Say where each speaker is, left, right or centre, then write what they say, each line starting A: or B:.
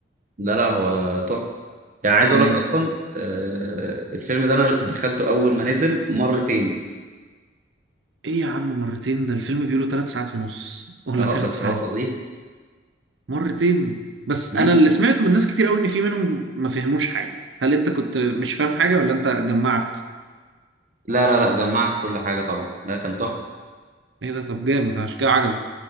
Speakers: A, on the right; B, on the right.
A: لا لا هو تحفة يعني عايز اقول
B: ايوه
A: لك اصلا آه الفيلم ده انا دخلته اول ما نزل مرتين
B: ايه يا عم مرتين ده الفيلم بيقولوا ثلاث ساعات ونص ولا
A: اه
B: ثلاث
A: بس
B: ساعات
A: هو فظيع
B: مرتين بس
A: مم.
B: انا اللي سمعته من ناس كتير قوي ان في منهم ما فهموش حاجه هل انت كنت مش فاهم حاجه ولا انت جمعت
A: لا لا لا جمعت كل حاجة طبعا ده كان تحفة
B: ايه ده طب جامد عشان كده عجبك